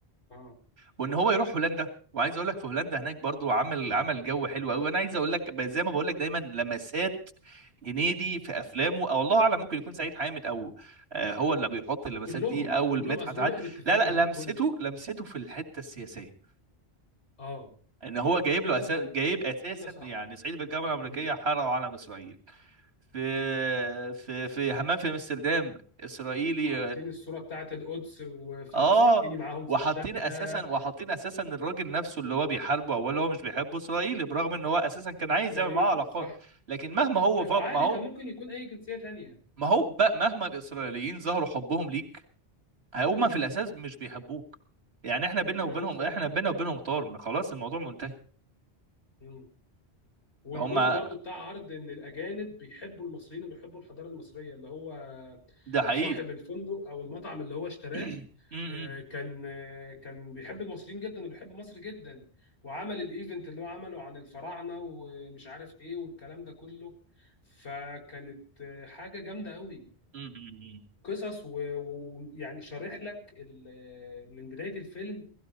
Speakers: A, on the left (about 85°); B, on the right (about 75°).
A: اه
B: وان هو يروح هولندا وعايز اقول لك في هولندا هناك برضو عمل عمل جو حلو قوي وانا عايز اقول لك ب- زي ما بقول لك دايما لمسات هنيدي في افلامه او الله اعلم ممكن يكون سعيد حامد او آه، هو اللي بيحط اللمسات
A: كلهم
B: دي او
A: كلهم
B: مدحت
A: اصل ده
B: عاد
A: بقى باتفاق
B: لا لا
A: من الكل
B: لمسته لمسته في الحته السياسيه
A: اه
B: ان هو
A: اه
B: جايب
A: كده
B: له أساس
A: انت
B: جايب اساسا
A: كده صح
B: يعني صعيدي في الجامعه الامريكيه
A: مم.
B: حرقوا علم اسرائيل في
A: مم.
B: في في حمام في امستردام اسرائيلي
A: حاطين الصورة بتاعت القدس وفلسطيني
B: اه
A: معاهم في
B: وحاطين
A: الشقة
B: اساسا وحاطين اساسا الراجل نفسه اللي هو بيحاربه اول هو مش بيحبه اسرائيلي برغم ان هو اساسا كان عايز
A: إسرائيل
B: يعمل معاه علاقات
A: صح
B: لكن مهما هو
A: أي- وعادي
B: فوق ما هو
A: كان ممكن يكون أي جنسية تانية
B: ما هو بقى مهما الاسرائيليين ظهروا حبهم ليك هما
A: مم.
B: في الاساس مش بيحبوك يعني احنا
A: بيكرهوك
B: بينا وبينهم
A: فعلا
B: احنا بينا وبينهم طار خلاص الموضوع منتهي
A: مم. والجزء
B: هما
A: برضو بتاع عرض ان الاجانب بيحبوا المصريين وبيحبوا الحضاره المصريه اللي هو
B: ده حقيقي
A: صاحب الفندق او المطعم اللي هو اشتراه
B: <clears throat> <coughs> م-
A: آه،
B: م-
A: كان آه، كان بيحب المصريين جدا وبيحب مصر جدا وعمل الايفنت اللي هو عمله عن الفراعنه ومش عارف ايه والكلام ده كله فكانت آه، حاجه جامده قوي
B: م-
A: قصص و- ويعني شارح لك ال- آه، من بدايه الفيلم